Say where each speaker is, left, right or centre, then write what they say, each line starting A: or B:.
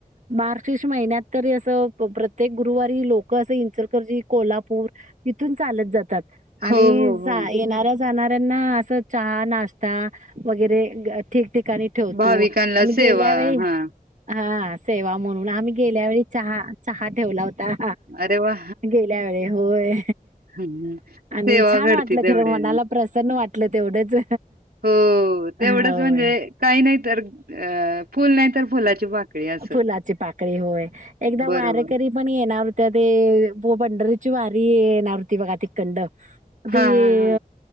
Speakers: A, on the right; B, on the right.
A: मार्गशिष महिन्यात तरी असं प्रत्येक गुरुवारी लोक असं इचलकरंजी, कोल्हापूर इथून चालत जातात. आणि
B: हो हो हो
A: जा येणाऱ्याची जाणाऱ्यांना अस चहा, नाश्ता वगैरे ठी ठिकाणी ठेवतो,
B: भाविकांना
A: आम्ही
B: सेवा
A: गेल्या वेळी
B: हा
A: हा सेवा म्हणून, आम्ही गेल्या वेळी चहा चहा ठेवला होता.
B: अरे वा
A: गेल्या वेळी होय.
B: हम्म.
A: आणि
B: सेवा
A: छान
B: घडती
A: वाटलं
B: तेवढे
A: खरं मनाला प्रसन्न वाटलं तेवढंच.
B: हो तेवढंच
A: होय
B: म्हणजे काही नाही तर अ फुल नाही तर फुलाची पाकळी. असं
A: फुलाची पाकळी होय एकदा
B: बरोबर
A: वारेकरी पण येणार होते ते पंढरीत. पंढरीची वारी येणार होती तिकडं
B: हा
A: ती.
B: हा हा